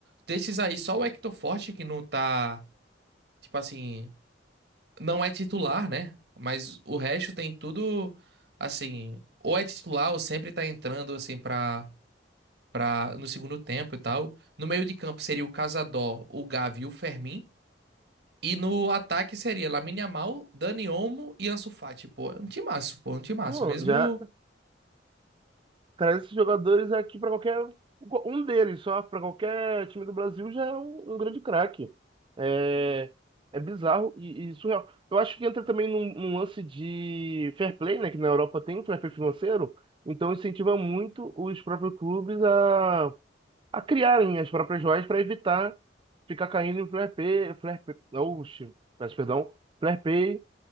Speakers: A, on the right; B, on the right.
A: Desses aí, só o Hector Forte que não tá, tipo assim, não é titular, né? Mas o resto tem tudo assim, ou é titular ou sempre tá entrando assim pra pra, no segundo tempo e tal. No meio de campo seria o Casador, o Gavi e o Fermin. E no ataque seria Lamine Yamal, Dani Olmo e Ansu Fati. Pô, é um timaço, pô, é um timaço.
B: pô,
A: Mesmo.
B: já traz esses jogadores aqui para qualquer um deles só para qualquer time do Brasil já é um, um grande craque. É, é bizarro e, e surreal. Eu acho que entra também num, num lance de fair play, né? Que na Europa tem um fair play financeiro, então incentiva muito os próprios clubes a a criarem as próprias joias para evitar ficar caindo em flare pay, flare pay, oxe, peço perdão, flare pay